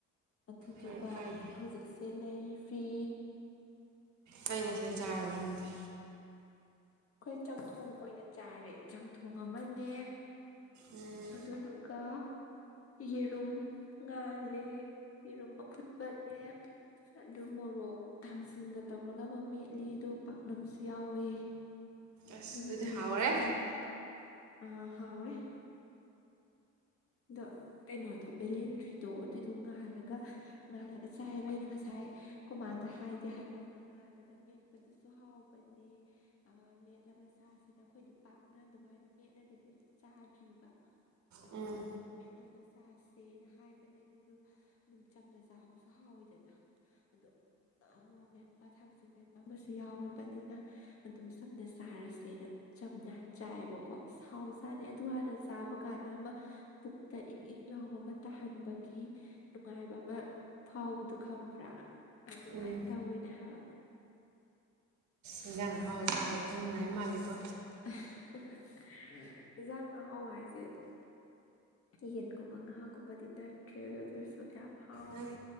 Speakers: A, on the left (about 50°); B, on the right (about 70°).
A: ꯑꯗꯨꯗꯨꯒ
B: ꯍꯣꯏ ꯀꯥꯏꯗꯦ
A: ꯍꯧꯖꯤꯛꯁꯦ ꯂꯩꯔꯤ
B: ꯀꯩ ꯃꯊꯦꯟ ꯆꯥꯔꯕ ꯅꯪꯗꯤ
A: ꯑꯩꯈꯣꯏ ꯆꯝꯊꯣꯡ ꯑꯣꯏꯅ ꯆꯥꯔꯦ ꯆꯝꯊꯣꯡ ꯑꯃꯅꯦ
B: ꯎꯝ
A: ꯑꯗꯨꯗꯨꯒ ꯌꯦꯔꯨꯝ ꯉꯥꯜꯂꯦ ꯌꯦꯔꯨꯝ ꯑꯐꯨꯠꯄꯅꯦ ꯑꯗꯨ ꯃꯣꯔꯣꯛ ꯊꯥꯡꯁꯤꯡꯒ ꯇꯧꯔꯒ ꯑꯃ ꯃꯦꯠꯂꯦ ꯑꯗꯨ ꯄꯥꯛꯅꯝꯁꯨ ꯌꯥꯎꯋꯦ
B: ꯑꯁ
A: ꯑꯗꯨꯒ
B: ꯑꯗꯨꯗꯤ
A: ꯇꯧꯔꯒ
B: ꯍꯥꯎꯔꯦ
A: ꯆꯥꯔꯦ ꯑꯥ ꯍꯥꯎꯔꯦ ꯗ ꯀꯩꯅꯣꯗꯣ ꯕꯦꯂꯦꯟꯗ꯭ꯔꯤꯗꯣ ꯑꯗꯨꯗꯣ ꯉꯥꯜꯂꯒ-ꯉꯥꯜꯂꯒ ꯆꯥꯏꯕ ꯑꯩꯅ ꯉꯁꯥꯏ ꯀꯣꯃꯥꯗ ꯍꯥꯏꯗꯤ ꯍꯥꯏꯕꯅꯦꯕ ꯉꯥꯜꯂꯒ ꯃꯦꯠꯄꯗꯨꯁꯨ ꯍꯥꯎꯕꯅꯦ ꯑꯥ ꯃꯦꯠꯂꯒ ꯆꯥꯁꯤꯅ ꯑꯩꯈꯣꯏꯗꯤ ꯄꯥꯛꯅ ꯑꯗꯨꯃꯥꯏꯅ ꯃꯦꯠꯂꯒꯗꯤ ꯑꯝꯇ ꯆꯥꯗ꯭ꯔꯤꯕ ꯑꯗꯨ
B: ꯎꯝ
A: ꯃꯦꯠꯂꯒ ꯆꯁꯦꯅ ꯍꯥꯏꯕꯅꯦ ꯑꯗꯨꯗꯣ ꯑꯗꯨꯝ ꯆꯝꯅ ꯆꯥꯕꯁꯨ ꯍꯥꯎꯋꯤꯗꯅ ꯑꯗꯨ ꯃꯣꯔꯣꯛ ꯃꯦꯠꯄ ꯊꯥꯡꯖꯤꯡ ꯃꯦꯠꯄ ꯑꯃꯁꯨ ꯌꯥꯎꯔꯕꯅꯤꯅ ꯑꯗꯨꯝ ꯆꯝꯅ ꯆꯥꯔꯁꯦꯅ ꯆꯝꯅ ꯆꯥꯏꯑꯦꯕꯀꯣ ꯁꯥꯎꯖꯨ ꯆꯥꯗꯦ ꯑꯗꯨ ꯍꯥꯟꯅ ꯆꯥꯕ ꯀꯥꯟꯅꯃ ꯄꯨꯛꯇ ꯏꯪ-ꯏꯪ ꯂꯥꯎꯕ ꯑꯃ ꯇꯥꯍꯟꯕ ꯒꯤ ꯅꯨꯡꯉꯥꯏꯕ ꯑꯃ ꯐꯥꯎꯕꯗꯨ ꯈꯪꯕ꯭ꯔꯥ ꯑꯗꯨꯃꯥꯏ
B: ꯎꯝ
A: ꯇꯧꯏꯋꯤꯅꯦ ꯍꯥꯏꯕ
B: ꯏꯦꯟꯖꯥꯡ ꯑꯍꯥꯎꯕ ꯆꯥꯔꯨꯔꯗꯨ ꯅꯨꯡꯉꯥꯏ ꯃꯥꯟꯂꯤꯀꯣ
A: ꯑꯍꯥ-ꯍꯥꯍ ꯏꯟꯖꯥꯡ ꯑꯍꯥꯎꯕ ꯍꯥꯏꯖꯦ ꯌꯦꯟꯒꯨꯝꯕ ꯉꯥꯒꯨꯝꯕꯗꯤ ꯅꯠꯇ꯭ꯔꯦ ꯑꯗꯨꯗꯣ ꯑꯗꯨꯁꯨ ꯌꯥꯝ ꯍꯥꯎꯋꯦ
B: ꯅꯠ